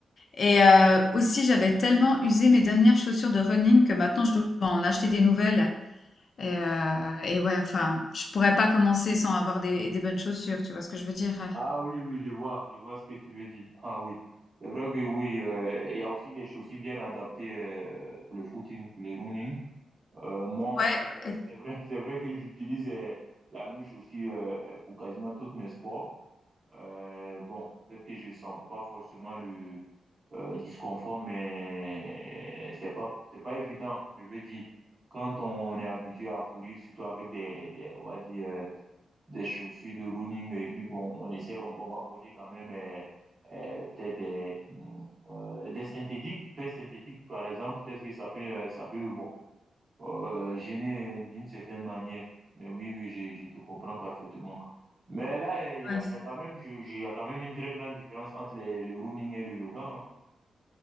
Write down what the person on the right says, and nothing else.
Ah oui, oui, je vois, je vois ce que tu veux dire. Ah oui. C'est vrai que oui, euh, il y a aussi des chaussures bien adaptées euh, pour le footing, pour le running. Euh, moi,
c'est vrai,
c'est vrai, <laughs> c'est vrai que j'utilise euh, la même chaussure euh, pour quasiment tous mes sports. Euh, bon, peut-être que je sens pas forcément le euh, disconfort, mais c'est pas, c'est pas évident. Je veux dire, quand on est habitué à courir, surtout avec des, des, on va dire, euh, des chaussures de running et puis bon, on essaie, on, on va porter quand même euh, euh, peut-être des, euh, des synthétiques, paires synthétiques par exemple, peut-être que ça peut, euh, ça peut bon, euh, gêner d'une certaine manière. Mais oui, oui, je, je te comprends parfaitement. Mais là, il y
a, il y a quand même, je, je- il y a quand même une très grande différence entre les- le running et le yoga. hein.